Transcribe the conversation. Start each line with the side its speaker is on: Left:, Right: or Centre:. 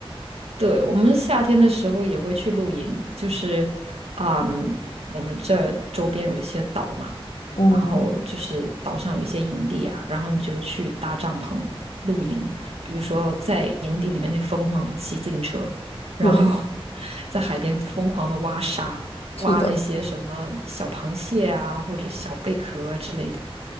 Right: 对，我们夏天的时候也会去露营，就是，嗯，我们这儿周边有一些岛嘛，
Left: 嗯，
Right: 然后就是岛上有一些营地啊，然后你就去搭帐篷露营，比如说在营地里面那疯狂骑自行车，然后
Left: 对，
Right: <laughs> 在海边疯狂的挖沙，
Left: 是的，
Right: 挖那些什么小螃蟹啊或者小贝壳啊之类的。